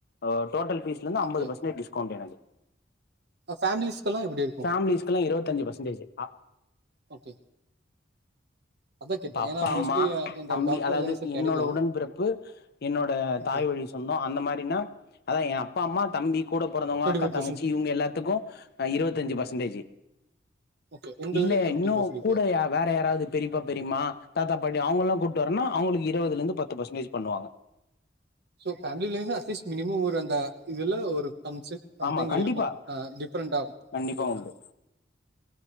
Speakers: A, on the left (about 55°); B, on the right (about 60°).
A: ஒ டோடல் பீஸ்ல இருந்து அம்பது
B: ஓகே
A: பர்சன்ட்டேஜ் டிஸ்கவுண்ட் எனக்கு
B: ஃபேமிலிஸ்களா எப்டி இரு
A: ஃபேமிலிஸ்க்கெல்லா இருவத்தஞ்சி பர்சன்டேஜ் அ
B: ஓகே அதா கேட்டே
A: இப்ப
B: ஏன்னா
A: அப்பா
B: மோஸ்ட்லி
A: அம்மா
B: இந்த
A: தம்பி
B: டாக்டர்
A: அதாவது
B: லைன்ஸ் கெடைக்கு
A: என்னோட உடன்பிறப்பு என்னோட
B: ஓகே
A: தாய்வழிச் சொந்தோ அந்த மாரின்னா அதா ஏ அப்பா அம்மா தம்பி கூட பொறந்தவங்க
B: டுவெண்டி
A: அக்கா
B: ஃபைவ்
A: தங்கச்சி
B: பர்சன்ட்
A: இவுங்க எல்லாத்துக்கு ஆ இருவத்தஞ்சி பர்சன்டேஜ்
B: ஓகே உங்களுக்கு
A: இல்ல
B: ஃபிப்டி
A: இன்னு
B: பர்சன்டேஜ்
A: கூட யா வேற யாராவது பெரியப்பா பெரியமா தாத்தா பாட்டி அவங்கல்லா கூட்டு வரன அவங்களுக்கு இருவதுல இருந்து பத்து பர்சன்டேஜ் பண்ணுவாங்க
B: சோ பேமிலந்து அட்லீஸ் மினிமம் ஒரு அந்த இதுல ஒரு கம்சன் சம்திங்
A: ஆமா கண்டிப்பா
B: இருக்கு ஆ டிப்ரெண்ட்டா ஆஃப்
A: கண்டிப்பா
B: ஒகே ஒகே
A: உண்டு